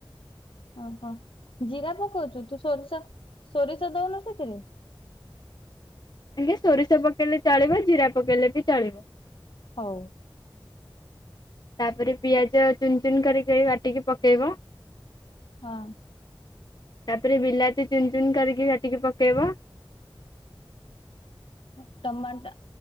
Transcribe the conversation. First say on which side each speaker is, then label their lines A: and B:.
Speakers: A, on the left; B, on the left.
A: ଓହୋ ଜିରା ପକଉଛୁ ତୁ ସୋରିଷ ସୋରିଷ ଦଉନୁ ସେଥିରେ?
B: ଆଗେ ସୋରିଷ ପକେଇଲେ ଚାଳିବ ଜିରା ପକେଇଲେ ବି ଚାଳିବ।
A: ହଉ।
B: ତାପରେ ପିଆଜ ଚୁନ ଚୁନ କରି କରିକି କାଟିକି ପକେଇବ।
A: ହଁ।
B: ତାପରେ ବିଲାତି ଚୁନ ଚୁନ କରିକି କାଟିକି ପକେଇବ।
A: ହଁ ଟମାଟା